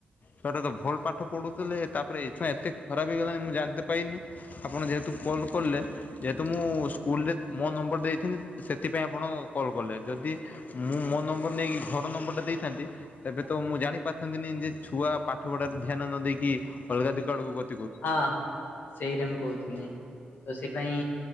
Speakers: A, on the left; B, on the left.
A: ଛୁଆଟା ତ ଭଲ ପାଠ ପଢ଼ୁଥିଲେ ତାପରେ ଏଇ ଛୁଆଁ ଏତେ ଖରାପ ହେଇଗଲାଣି ମୁଁ ଜାଣିିତେ ପାଇନି ଆପଣ ଯେହେତୁ କଲ୍ କଲେ ଯେହେତୁ ମୁଁ ସ୍କୁଲରେ ମୋ ନମ୍ବର ଦେଇଥିନି ସେଥିପାଇଁ ଆପଣ କଲ୍ କଲେ ଯଦି ମୁଁ ମୋ ନମ୍ବର ନେଇକି ଘର ନମ୍ବରଟା ଦେଇଥାନ୍ତି ତେବେ ତ ମୁଁ ଜାଣି ପାରଥାନ୍ତିନି ଯେ ଛୁଆ ପାଠ ପଢାରେ ଧ୍ୟାନ ନ ଦେଇେଇକି ଅଲଗା ଦିକା ଆଡ଼କୁ ଗ
B: ହଁ ସେଇଟା ମୁଁ କହୁିଥିନି। ତ ସେ ପାଇଁ